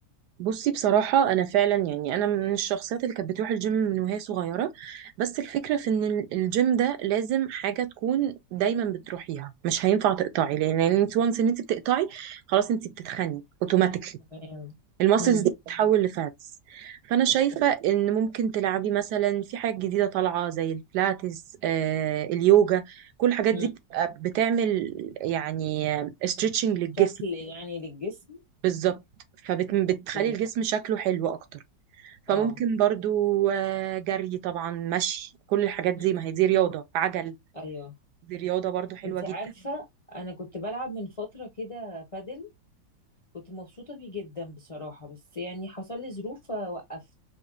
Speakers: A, on the right (about 75°); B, on the left (about 35°).
A: بصي بصراحة أنا فعلا يعني أنا من الشخصيات اللي كانت بتروح الجيم من وهي صغيرة بس الفكرة في إن ال- الجيم ده لازم حاجة تكون دايما بتروحيها مش هينفع تقطعي لأن يعني انت وانس إن انت بتقطعي خلاص انت بتتخني اوتوماتيكلي
B: تمام
A: الماسلز
B: امم
A: دي بتتحول لفاتس فأنا شايفة
B: اوكي
A: إن ممكن تلعبي مثلا في حاجات جديدة طالعة زي البلاتس آه اليوجا كل الحاجات
B: امم
A: دي بتبقى بتعمل يعني استريتشنج للجسم
B: شكل يعني للجسم
A: بالظبط فبتخلي
B: اوكي
A: الجسم شكله حلو اكتر فممكن
B: اه
A: برضو آه، جري طبعا مشي كل الحاجات دي
B: مم.
A: ما هي دي رياضة عجل
B: ايوه
A: دي رياضة برضو حلوة
B: انت
A: جدا
B: عارفة انا كنت بلعب من فترة كده بادل كنت مبسوطة بيه جدا بصراحة بس يعني حصل لي ظروف فوقفت